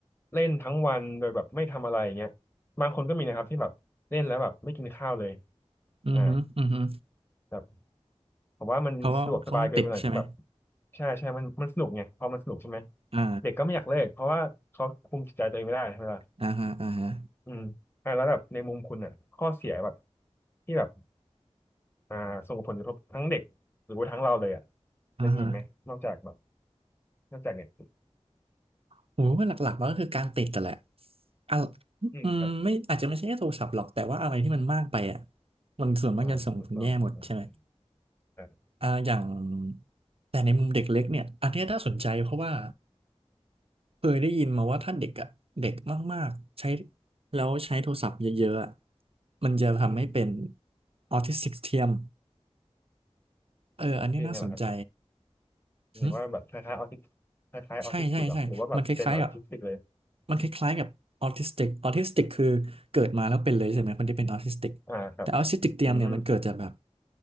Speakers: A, on the left; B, on the right.
A: เล่นทั้งวันโดยแบบไม่ทำอะไรอย่างเงี้ยบางคนก็มีนะครับที่แบบเล่นแล้วแบบไม่กินข้าวเลย
B: อืมฮึอืมฮึ
A: อ่าแบบผมว่ามันสะดวกสบายเกินไปหน่อยที่แบบ
B: เพราะว่าเขาต้องติดใช่ไหม
A: ใช่ใช่มันมันสนุกไงพอมันสนุกใช่ไหม
B: อ่า
A: เด็กก็ไม่อยากเลิกเพราะว่าเขาคุมจิตใจตัวเองไม่ได้ใช่ไหมล่ะ
B: อ่าฮะอ่าฮะ
A: อืมอ่าแล้วแบบในมุมคุณอ่ะข้อเสียแบบที่แบบอ่าส่งผลกระทบทั้งเด็กหรือว่าทั้งเราเลยอ่ะ
B: อ่าฮะ
A: มันมีอีกไหมนอกจากแบบนอกจากเนี่ย
B: โหว่าหลักๆมันก็คือการติดแต่นแหละอ่ะ
A: อืมครับ
B: อืมไม่อาจจะไม่ใช่แค่โทรศัพท์หรอกแต่ว่าอะไรที่มันมากไปอ่ะมันส่วนมากจะส่งผลแย่หมดใช่ไหม
A: อ่าถูกต้องถูกต้องครับ
B: อ่าอย่างแต่ในมุมเด็กเล็กเนี่ยอันเนี้ยน่าสนใจเพราะว่า เคยได้ยินมาว่าถ้าเด็กอะเด็กมากๆใช้แล้วใช้โทรศัพท์เยอะๆอะมันจะทำให้เป็น
A: อืม
B: ออทิสติกเทียมเอออันนี้น่าสนใจ
A: เป็นไงล่ะครับ
B: หึ
A: หรือว่าแบบคล้ายๆออทิสคล้ายๆออทิสติกเหรอหรือว่าแบบเป็นออทิสติกเลย
B: ใช่ใช่ใช่มันคล้ายๆกับมันคล้ายๆกับออทิสติกออทิสติกคือเกิดมาแล้วเป็นเลยใช่ไหมคนทจ่เป็นออทิสติก
A: อ่าครับ
B: แต่ออทิสติกเทียมเนี่ยมันเกิดจากแบบ
A: อืม